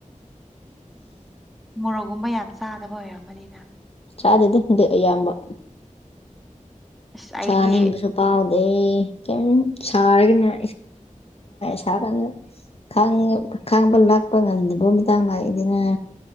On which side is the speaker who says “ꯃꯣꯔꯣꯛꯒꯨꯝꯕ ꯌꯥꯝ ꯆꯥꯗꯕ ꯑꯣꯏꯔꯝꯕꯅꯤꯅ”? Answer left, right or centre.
Centre